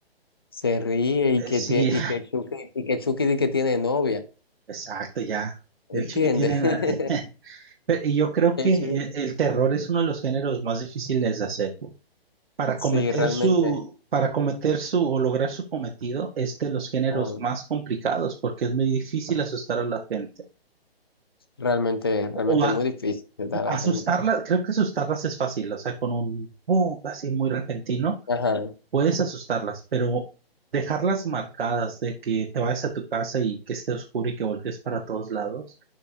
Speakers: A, on the left; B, on the right.
A: se ríe y
B: Eh,
A: que,
B: Sí,
A: tie- y que Chucky, y que Chucky di que tiene novia,
B: Exacto, ya.
A: ¿entiendes?
B: El chiquitín era-
A: <laughs>
B: <laughs> Pe- Y yo creo
A: El
B: que e-
A: Chucky-
B: el terror es uno de los géneros más difíciles de hacer. Para
A: sí,
B: cometer
A: realmente,
B: su, para cometer su o lograr su cometido es de los géneros
A: ah,
B: más complicados porque es muy difícil asustar a la gente.
A: realmente, realmente
B: O, a-
A: es muy difícil que está
B: o
A: la
B: asustarla,
A: gente.
B: creo que asustarlas es fácil, o sea, con un boom así muy repentino.
A: Ajá,
B: Puedes asustarlas, pero dejarlas marcadas de que te vayas a tu casa y que esté oscuro y que voltees para todos lados.